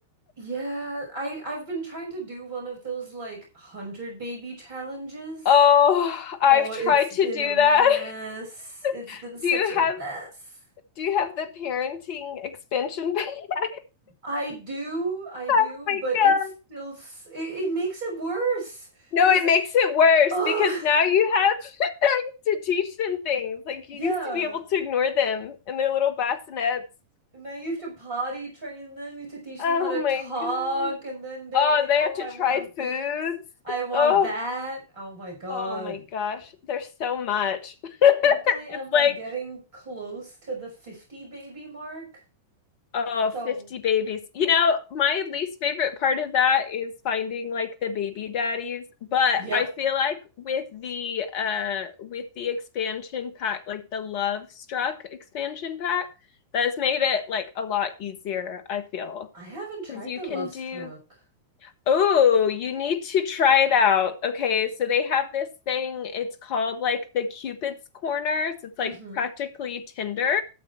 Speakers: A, on the right; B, on the left.
A: Yeah, I I've been trying to do one of those like 100 baby challenges.
B: Oh, I've
A: Oh, it's
B: tried
A: been
B: to do
A: a mess.
B: that.
A: It's
B: <laughs>
A: been such
B: Do you
A: a
B: have
A: mess.
B: do you have the parenting expansion pack? <laughs>
A: I do, I do,
B: Oh my
A: but
B: God.
A: it's still s- it, it makes it worse
B: No,
A: because
B: it makes it worse
A: oh,
B: because now you have <laughs> to teach them things. Like
A: <laughs> yeah.
B: you used to be able to ignore them in their little bassinets.
A: And then you have to potty train them, you have to teach
B: Oh
A: them how to
B: my
A: talk,
B: God.
A: and then they're
B: Oh,
A: like,
B: they
A: oh,
B: have to
A: I
B: try
A: want
B: foods.
A: this, I want
B: Oh,
A: that. Oh my God.
B: oh my gosh. There's so much. <laughs>
A: Luckily, I'm
B: It's
A: like
B: like,
A: getting close to the 50 baby mark.
B: oh,
A: So,
B: 50 babies. You know, my least favorite part of that is finding like the baby daddies, but
A: yep.
B: I feel like with the uh with the expansion pack, like the Love Struck expansion pack, that's made it like a lot easier, I feel.
A: I haven't tried
B: Because you
A: the
B: can
A: Love Struck.
B: do Oh, you need to try it out. Okay, so they have this thing, it's called like the Cupid's Corner. So it's like
A: Mm-hmm.
B: practically Tinder.